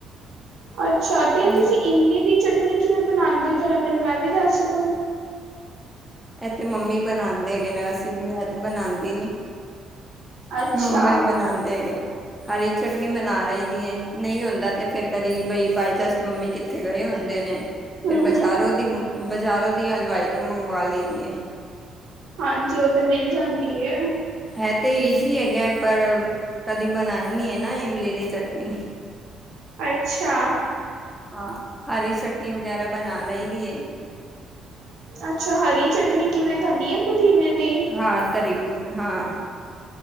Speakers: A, on the right; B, in the centre.
A: ਅੱਛਾ ਤੇ ਇਹ
B: ਉਹ
A: ਤੁਸੀਂ ਇਮਲੀ ਦੀ ਚਟਨੀ ਕਿਵੇਂ ਬਣਾਉਂਦੇ ਹੋ ਜ਼ਰਾ ਮੈਨੂੰ ਇਹ ਵੀ ਦੱਸ ਦੋ?
B: ਇਹ ਤੇ ਮੰਮੀ ਬਣਾਉਦੇ ਹੈਗੇ ਨੇ, ਅਸੀ ਮੈਂ ਤੇ ਬਣਾਉਦੀ ਨੀ
A: ਅੱਛਾ
B: ਮੰਮਾ ਹੀ ਬਣਾਉਂਦ ਹੈਗੇ ਨੇ ਹਰੀ ਚਟਨੀ ਬਣਾ ਲਈ ਦੀ ਹੈ, ਨਹੀਂ ਹੁੰਦਾ ਤੇ ਫੇਰ ਕਦੀ ਬਈ ਬਾਾਈ ਚਾਂਸ ਮੰਮੀ ਕਿੱਥੇ ਗਏ, ਹੁੰਦੇ ਨੇ ਫਿਰ
A: ਹਮ
B: ਬਜਾਰੋਂ
A: ਹਮ
B: ਦੀ ਬਜ਼ਾਰੋਂ ਦੀ ਹਲਵਾਈ ਤੋਂ ਮੰਗਵਾ ਲਈਦੀ ਹੈ।
A: ਹਾਂਜੀ, ਉਹ ਤੇ ਮਿਲ ਜਾਂਦੀ ਏ
B: ਹੈ ਤੇ ਜ਼ੀ ਹੈਗਾ, ਪਰ ਕਦੀ ਬਣਾ ਹੀ ਨਹੀ ਹੈ, ਨਾ ਇਮਲੀ ਦੀ ਚਟਨੀ
A: ਅੱਛਾ।
B: ਹਾਂ ਹਰੀ ਚਟਨੀ ਵਗੈਰਾ ਬਣਾ ਲਈ ਦੀ ਏ
A: ਅੱਛਾ ਹਰੀ ਚਟਨੀ ਕਿਵੇਂ, ਧਨੀਏ ਪੁਦੀਨੇ ਦੀ
B: ਹਾਂ ਤਰੀ ਪੁ ਹਾਂ